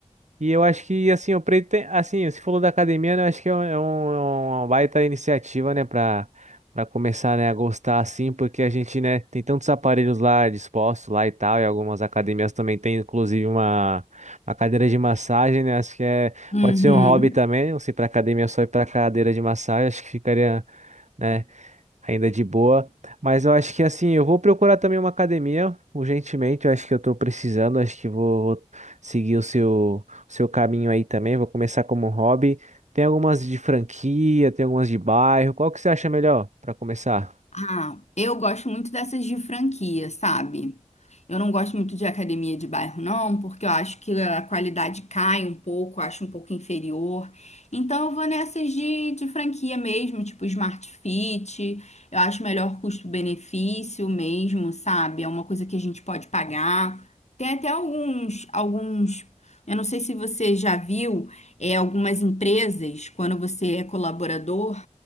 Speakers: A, on the right; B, on the left.
A: E eu acho que, assim, o Preto tem, assim, você falou da academia, né? Eu acho que é um, é um- é uma baita iniciativa, né, para para começar, né, a gostar, assim, porque a gente, né, tem tantos aparelhos lá dispostos lá e tal, e algumas academias também tem, inclusive, uma, uma cadeira de massagem, né? Acho que é,
B: Uhum.
A: pode ser um hobby também, não sei, para academia só ir para cadeira de massagem, acho que ficaria. né? Ainda de boa. Mas eu acho que assim, eu vou procurar também uma academia urgentemente. Eu acho que eu tô precisando. Acho que vou, vou seguir o seu, o seu caminho aí também. Vou começar como um hobby. Tem algumas de franquia, tem algumas de bairro. Qual que você acha melhor para começar?
B: Ah, eu gosto muito dessas de franquia, sabe? Eu não gosto muito de academia de bairro, não, porque eu acho que a qualidade cai um pouco, eu acho um pouco inferior. Então eu vou nessas de, de franquia mesmo, tipo Smart Fit. Eu acho melhor custo-benefício mesmo, sabe? É uma coisa que a gente pode pagar. Tem até alguns, alguns. Eu não sei se você já viu, é, algumas empresas, quando você é colaborador.